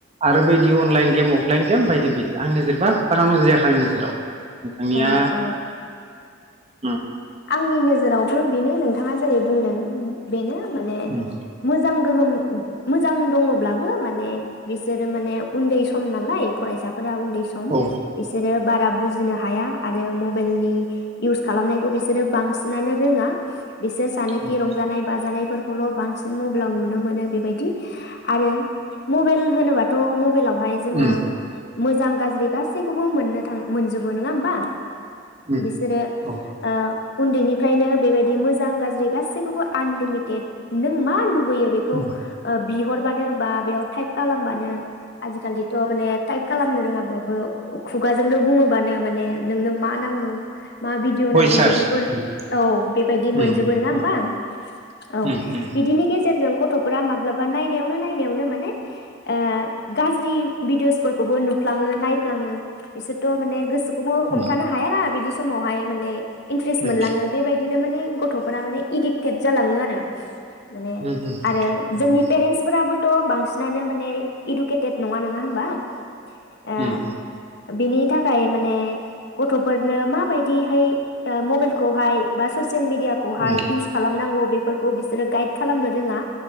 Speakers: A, on the right; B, on the left.
A: आरो बायदि अनलाइन गेम अफलाइन गेम बायदि बायदि आंनि नोजोरबा बारा मोजां जायाखै आंनि नोजोराव नोंथांनिया
B: औ औ
A: <unintelligible>
B: आंनि नोजोरावबो बेनो नोंथाङा जेरै बुंदों ओम बेनो माने
A: उम
B: मोजां गोहोम मोजां दङब्लाबो माने बिसोरो माने उन्दै सम नालाय फरायसा फोरा उन्दै सम
A: औ
B: बिसोरो बारा बुजिनो हाया आरो मबेइलनि इउस खालामनायखौ बिसोरो बांसिनानो रोङा। बिसोर सानोखि
A: उम
B: रंजानाय बाजानाय फोरखौल' बांसिन मबेलाव नुनो मोनो बेबायदि। आरो मबेइल होनोबाथ' मबेलावहाय जोङो
A: उम
B: मोजां गाज्रि गासै बखौबो मोननो थाङो मोनजोबो नङा ओमबा?
A: उम
B: बिसोरो ओ
A: औ
B: उन्दैनिफ्रायनो बेबायदि मोजां गाज्रि गासैखौबो आनलिमिटेड नों मा लुबै यो बेखौ
A: उम
B: ओ बिहरबानो बा बेयाव टाइप खालामबानो आजिखालिथ' माने टाइप खालामनो रोङाबाबो खुगाजोंनो बुङोबानो माने नोंनो मा नांगौ मा भिडिअ नांगौ
A: हय सार
B: बेफोरखौ
A: उम
B: औ बेबायदि मोनजोबो
A: उम
B: नंङा
A: हय
B: होमबा औ
A: उम उम
B: बिदिनि गेजे सेरजों गथ'फोरा माब्लाबा नायनायावनो नायनायावनो माने ओ गाज्रि भिदिअसफोरखौबो नुफ्लाङो नायफ्लाङो। बिसोरथ' माने गोसोखौबो हमथानो
A: उम
B: हायाना बिदि स मावहाय माने इन्ट्रेस्ट मोनलाङो
A: उम
B: बेबायदि बिदिनो माने गथफोरा माने इडिक्टेट जालाङो आरो माने
A: उम उम
B: आरो
A: नंगौ
B: जोंनि पेरेन्टस फोराबो थ बांसिनानो माने इडुकेटेद नङा नोङा होमबा। ओ
A: उम
B: बिनि थाखा ओमफ्राय माने गथ'फोरनो मा बादिहाय ओ मबाइखौहाय बा ससि सियेल मिडियाखौहाय
A: उम
B: इउस खालामनांगौ। बेफोरखौ बिसोरो गाइद खालामनो रोङा।